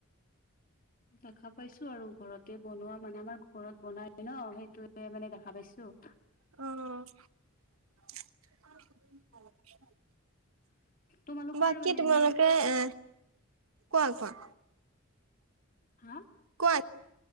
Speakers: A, on the left (about 40°); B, on the right (about 80°).
A: দেখা পাইছো আৰু ঘৰতে বনোৱা মানে আমাৰ ঘৰত বনাই ন সেইটোয়ে মানে দেখা পাইছো
B: অ
A: তোমালোকৰ
B: বাকী
A: মানে
B: তোমালোকে
A: এনে
B: এ কোৱা কোৱা
A: হা
B: কোৱা